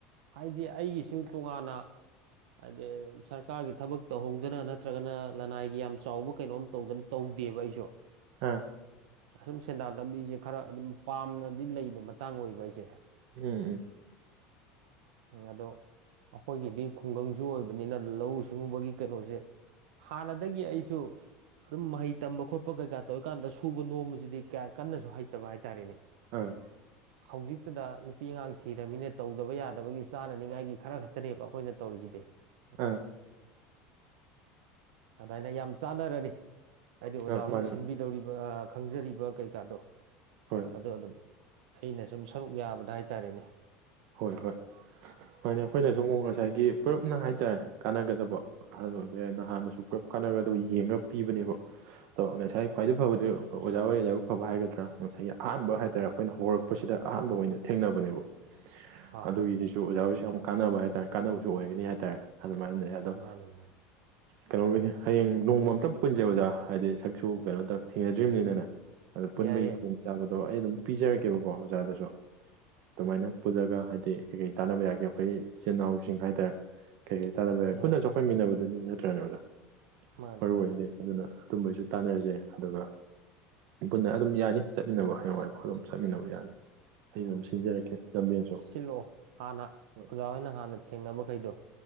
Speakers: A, on the right; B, on the right.
A: ꯍꯥꯏꯗꯤ ꯑꯩꯒꯤꯁꯨ ꯇꯣꯉꯥꯟꯅ ꯍꯥꯏꯗꯤ ꯁꯔꯀꯥꯔꯒꯤ ꯊꯕꯛ ꯇꯧꯍꯧꯗꯅ ꯅꯠꯇ꯭ꯔꯒꯅ ꯂꯅꯥꯏꯒꯤ ꯌꯥꯝ ꯆꯥꯎꯕ ꯀꯩꯅꯣꯝ ꯇꯧꯗꯅ ꯇꯧꯗꯦꯕ ꯑꯩꯁꯨ
B: ꯍꯥꯝ
A: ꯑꯁꯨꯝ ꯁꯦꯟꯗꯥꯟ ꯂꯝꯕꯤꯁꯦ ꯈꯔ ꯑꯗꯨꯝ ꯄꯥꯝꯅꯗꯤ ꯂꯩꯕ ꯃꯇꯥꯡ ꯑꯣꯏꯕ ꯑꯩꯁꯦ
B: ꯎꯝ ꯎꯝ
A: ꯑꯗꯣ ꯑꯩꯈꯣꯏꯒꯤꯗꯤ ꯈꯨꯡꯒꯪꯁꯨ ꯑꯣꯏꯕꯅꯤꯅ ꯂꯧꯎ ꯁꯤꯡꯎꯕꯒꯤ ꯀꯩꯅꯣꯁꯦ ꯍꯥꯟꯅꯗꯒꯤ ꯑꯩꯁꯨ ꯑꯗꯨꯝ ꯃꯍꯩ ꯇꯝꯕ ꯈꯣꯠꯄ ꯀꯩꯀꯥ ꯇꯧꯔꯤꯀꯥꯟꯗ ꯁꯨꯕ ꯅꯣꯝꯕꯁꯤꯗꯤ ꯀꯌꯥ ꯀꯟꯅꯁꯨ ꯍꯩꯇꯕ ꯍꯥꯏꯇꯥꯔꯦꯅꯦ
B: ꯎꯝ
A: ꯍꯧꯖꯤꯛꯇꯗ ꯅꯨꯄꯤ ꯑꯉꯥꯡ ꯊꯤꯔꯃꯤꯅ ꯇꯧ ꯇꯧꯗꯕ ꯌꯥꯗꯕꯒꯤ ꯆꯥꯅꯅꯤꯡꯉꯥꯏꯒꯤ ꯈꯔ ꯈꯛꯇꯅꯦꯕ ꯑꯩꯈꯣꯏꯅ ꯇꯧꯔꯤꯁꯤꯗꯤ
B: ꯑꯥ
A: ꯑꯗꯨꯃꯥꯏꯅ ꯌꯥꯝ ꯆꯥꯅꯔꯅꯤ ꯍꯥꯏꯗꯤ ꯑꯣꯖꯥ
B: ꯑꯥ
A: ꯍꯅ
B: ꯃꯥꯅꯦ
A: ꯁꯤꯟꯕꯤ ꯀꯩꯗꯧꯔꯤꯕ ꯈꯪꯖꯔꯤꯕ ꯀꯩꯀꯥꯗꯣ
B: ꯍꯣꯏ
A: ꯑꯗ ꯑꯗꯨꯝ ꯑꯩꯅ ꯁꯨꯝ ꯁꯔꯨꯛ ꯌꯥꯕꯗ ꯍꯥꯏꯇꯥꯔꯦꯅꯦ
B: ꯍꯣꯏ ꯍꯣꯏ ꯍꯣꯏꯅꯦ ꯑꯩꯈꯣꯏꯅ ꯁꯨꯝ ꯉꯁꯥꯏꯒꯤ ꯄꯨꯂꯞꯅ ꯍꯥꯏꯇꯥꯔꯦ ꯀꯥꯟꯅꯒꯗꯕ ꯑꯍꯜ ꯑꯣꯏꯕ ꯌꯥꯏ ꯅꯍꯥꯟꯅꯁꯨ
A: ꯃꯥꯅꯦ
B: ꯄꯨꯂꯞ ꯀꯥꯟꯅꯒꯗꯕ ꯌꯦꯡꯉꯒ ꯄꯤꯕꯅꯦꯕ ꯑꯗ ꯉꯁꯥꯏꯒꯤ ꯈ꯭ꯋꯥꯏꯗꯒꯤ ꯐꯕꯗꯤ ꯑꯣꯖꯥ ꯋꯥꯔꯤ ꯂꯥꯏꯕꯛ ꯐꯕ ꯍꯥꯏꯒꯗ꯭ꯔꯥ ꯉꯁꯥꯏꯒꯤ ꯑꯍꯥꯟꯕ ꯍꯥꯏꯇꯥꯔꯦ
A: ꯎꯝ
B: ꯑꯩꯈꯣꯏꯅ ꯍꯧꯔꯛꯄꯁꯤꯗ ꯑꯍꯥꯟꯕ ꯑꯣꯏꯅ ꯊꯦꯡꯅꯕꯅꯦꯕ
A: ꯍꯣꯏ
B: ꯑꯗꯨꯒꯤ ꯍꯧ ꯑꯣꯖꯥꯣꯏꯁꯨ ꯌꯥꯝ ꯀꯥꯟꯅꯕ ꯍꯥꯏꯇꯥꯥꯔꯦ ꯀꯥꯟꯅꯕꯁꯨ ꯑꯣꯏꯒꯅꯤ ꯍꯥꯏꯇꯥꯥꯔꯦ ꯑꯗꯨꯃꯥꯏꯅ ꯂꯩ ꯑꯗꯣ
A: ꯃꯥꯅꯦ ꯃꯥꯅꯦ
B: ꯀꯩꯅꯣꯒꯤꯅꯤ ꯍꯌꯦꯡ ꯅꯣꯡꯃ ꯑꯝꯇ ꯄꯨꯟꯖꯩ ꯑꯣꯖꯥ ꯍꯥꯏꯗꯤ ꯁꯛꯁꯨ ꯀꯩꯅꯣꯗ ꯊꯦꯡꯅꯗ꯭ꯔꯤꯕꯅꯤꯅꯅꯦ ꯑꯗꯣ ꯄꯨꯟꯕꯒꯤ
A: ꯌꯥꯏꯌꯦ
B: ꯈꯨꯗꯣꯡꯆꯥꯥꯕꯗꯣ ꯑꯩ ꯑꯗꯨꯝ ꯄꯤꯖꯔꯛꯀꯦꯕꯀꯣ ꯑꯣꯖꯥꯗꯁꯨ ꯑꯗꯨꯃꯥꯏꯅ
A: ꯍꯣꯏ
B: ꯄꯨꯂꯒ ꯍꯥꯏꯗꯤ ꯀꯩꯀꯩ ꯇꯥꯟꯅꯕ ꯌꯥꯒꯦ ꯑꯩꯈꯣꯏ ꯏꯆꯤꯟꯜ ꯏꯅꯥꯎꯁꯤꯡ ꯍꯥꯏꯇꯥꯔꯦ ꯀꯩ ꯀꯩ ꯇꯥꯟꯅꯕ ꯌꯥꯏ
A: ꯃꯥꯅꯦ
B: ꯄꯨꯟꯅ ꯆꯥꯎꯈꯠꯃꯤꯟꯅꯕꯗꯨꯅꯤ ꯅꯠꯇ꯭ꯔꯅꯦ ꯑꯣꯗ
A: ꯃꯥꯅꯦ
B: ꯃꯔꯨ
A: ꯃꯥꯅꯦ
B: ꯑꯣꯏꯗꯦ ꯑꯗꯨꯅ ꯑꯗꯨꯝꯕꯩꯁꯨ ꯇꯥꯟꯅꯔꯁꯦ ꯑꯗꯨꯒ ꯄꯨꯟꯅ ꯑꯗꯨꯝ ꯌꯥꯅꯤ ꯆꯠꯃꯤꯟꯅꯕ ꯍꯌꯦꯡꯋꯥꯏꯔꯐ ꯑꯗꯨꯝ ꯆꯠꯃꯤꯟꯅꯕ ꯌꯥꯅꯤ ꯑꯩ
A: ꯎꯝ
B: ꯑꯗꯨꯝ ꯁꯤꯟꯖꯔꯛꯀꯦ ꯂꯝꯕꯦꯟꯁꯨ
A: ꯁꯤꯜꯂꯛꯑꯣ ꯍꯥꯟꯅ
B: ꯍꯣꯏ
A: ꯑꯣꯖꯥ ꯍꯣꯏꯅ ꯍꯥꯟꯅ ꯊꯦꯡꯅꯕꯈꯩꯗꯣ